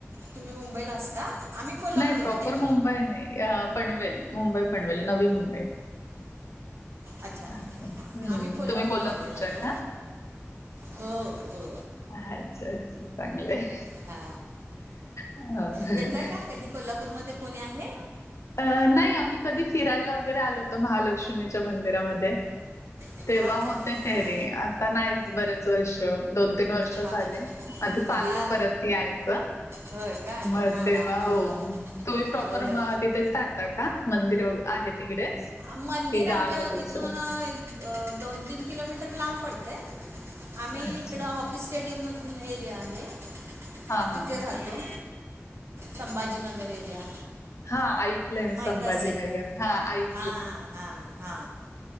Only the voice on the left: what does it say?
नाही प्रॉपर मुंबई नाही पनवेल मुंबई पनवेल नवी मुंबई.
असं हम्म
तुम्ही कोल्हापूरच्या
का?
अच्छा अच्छा चांगलंय.
हो.
अ नाही आम्ही कधी फिरायला वगैरे आलो होतो महालक्ष्मीच्या मंदिरामध्ये.
तेव्हा होते
फेरी आता नाहीच बरेच वर्ष दोन तीन वर्ष. आताच
आले आता चालय
परत यायचं.
मग
तेव्हा
हो
तुही प्रॉपर
म तिथेच राहता का मंदिर व आहे तिकडेच.
कि
गाव आहे दुसरं
अच्छा
हा हा.
हा ऐकलंय
संभाजीनगर
हा आई.